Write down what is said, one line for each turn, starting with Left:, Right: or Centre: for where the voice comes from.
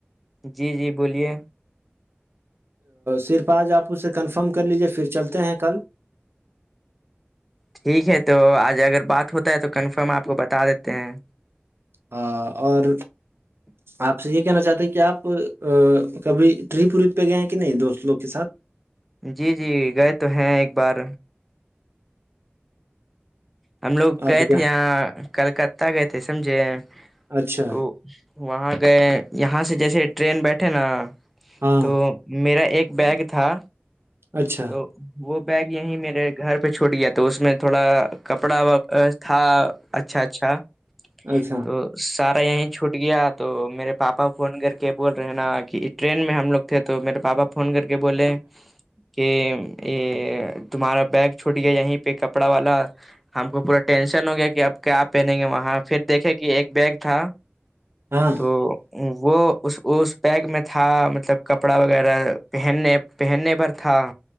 Centre: جی جی بولیے
Right: صرف آج آپ اسے کنفرم کر لیجیے پھر چلتے ہیں کل
Centre: ٹھیک ہے تو آج اگر بات ہوتا ہے تو کنفرم آپ کو بتا دیتے ہیں
Right: ہ اور
Centre: <inaudible>
Right: آپ سے یہ کہنا چاہتے ہیں کہ آپ کبھی ٹرپ ورپ پہ گئے کہ نہیں دوست لوگ کے ساتھ
Centre: جی جی گئے تو ہیں ایک بار ہم لوگ گئے
Right: آپ کیا
Centre: تھے یہاں کلکتہ گئے تھے سمجھے
Right: اچھا
Centre: تو وہاں گئے یہاں سے جیسے ٹرین بیٹھے نا
Right: ہاں
Centre: تو میرا ایک بیگ تھا
Right: اچھا
Centre: تو وہ بیگ یہیں میرے گھر پہ چھوٹ گیا تو اس میں تھوڑا کپڑا تھا اچھا اچھا
Right: اچھا
Centre: تو سارا یہیں چھوٹ گیا تو میرے پاپا فون کر کے بول رہے ہیں نا کہ ٹرین میں ہم لگ تھے تو میرے پاپا فون کر کے بولے کہ یہ تمہارا بیگ چھوٹ گیا یہیں پہ پہ کپڑا والا ہم کو پورا ٹینشن ہو گیا کہ اب کیا پہنیں گے وہاں پھر دیکھے کہ ایک بیگ تھا
Right: ہاں
Centre: تو وہ اس اس بیگ میں تھا مطلب کپڑا وغیرہ پہننے پہننے پر تھا